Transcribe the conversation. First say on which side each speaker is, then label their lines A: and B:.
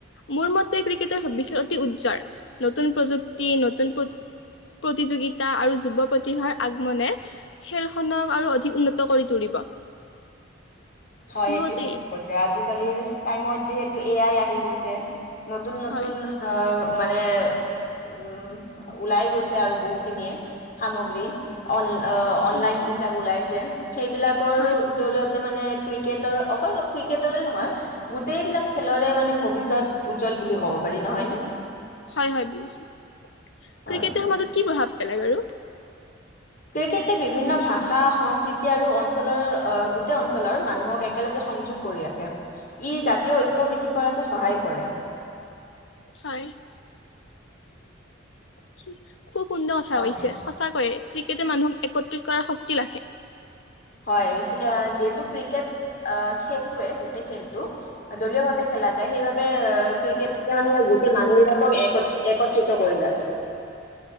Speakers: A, on the left (about 70°); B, on the left (about 50°).
A: মোৰ মতে ক্ৰিকেটৰ ভবিষ্যত অতি উজ্জ্বল। নতুন প্ৰযুক্তি, নতুন প্ৰতিযোগিতা আৰু যুৱ প্ৰতিভাৰ আগমনে খেলখনক আৰু অধিক উন্নত কৰি তুলিব।
B: হয়
A: মোৰ
B: এইটো
A: মতে
B: ঠিক কৈছে আজিকালিৰ। টাইমত যিহেতু এ আই আহি গৈছে। নতুন নতুন।
A: হয়
B: মানে উম ওলাই গৈছে আৰু বহুখিনিয়ে সামগ্ৰী অন অনলাইন
A: বুজিছো
B: যিবিলাক ওলাইছে সেইবিলাকৰ
A: হয়
B: জৰিয়তে মানে ক্ৰিকেটৰ অকল ক্ৰিকেটৰে নহয় গোটেইবিলাক খেলৰে মানে ভৱিষ্যত উজ্জ্বল বুলি ক'ব পাৰি নহয় নে
A: হয় হয় বুজিছো ক্ৰিকেটৰ
B: হয়
A: সমাজত কি প্ৰভাৱ পেলাই বাৰু
B: ক্ৰিকেটে বিভিন্ন ভাষা সংস্কৃতি আৰু অঞ্চলৰ গোটেই অঞ্চলৰ মানুহক একেলগে সংযোগ কৰি ৰাখে ই জাতীয় ঐক্যবৃদ্ধি কৰাতো সহায় কৰে
A: হয় কি খুব সুন্দৰ কথা
B: হয়
A: কৈছে সঁচাকৈয়ে ক্ৰিকেটে মানুহক একত্ৰিত কৰাৰ শক্তি ৰাখে।
B: হয় যিহেতু ক্ৰিকেট খেলটোৱে গোটেই খেলটো দলীয় ভাৱে খেলা যায় সেইবাবে ক্ৰিকেট মানে গোটেই মানুহবিলাকক একত্ৰিত কৰি ৰাখে।